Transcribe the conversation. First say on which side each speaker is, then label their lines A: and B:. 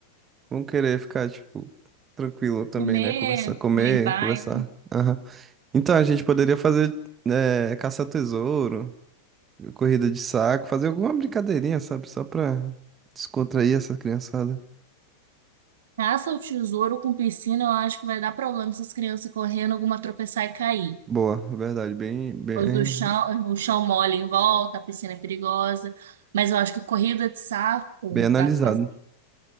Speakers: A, on the right; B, on the right.
A: Vão querer ficar, tipo, tranquilo também,
B: Comer,
A: né? Conversar, comer,
B: comer em paz.
A: conversar. Aham. Então, a gente poderia fazer é, caça ao tesouro, corrida de saco, fazer alguma brincadeirinha, sabe? Só pra descontrair essa criançada.
B: Caça o tesouro com piscina, eu acho que vai dar problema essas crianças correndo, alguma tropeçar e cair.
A: Boa, verdade. Bem, bem,
B: os do chão, o chão mole em volta, a piscina é perigosa. Mas eu acho que corrida de saco
A: bem analisado.
B: dá pra fazer.